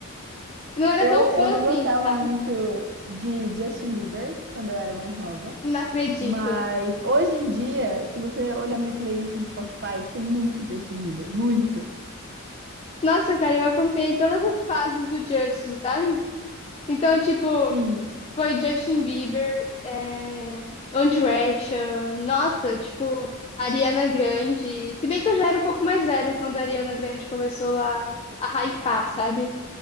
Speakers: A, on the left (about 30°); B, on the right (about 50°).
A: não era
B: eu,
A: tão fã
B: eu não
A: assim,
B: gostava
A: sabe?
B: muito de Justin Bieber quando eu era mais nova.
A: Não acredito.
B: Mas hoje em dia, se você olhar minha playlist no Spotify, tem muito Justin Bieber, muito.
A: Nossa, cara, eu acompanhei todas as fases do Justin, sabe? Então, tipo,
B: Sim.
A: foi Justin Bieber, é... One Direction, nossa, tipo, Ariana Grande. Se bem que eu já era um pouco mais velha quando a Ariana Grande começou a, a hypar, sabe?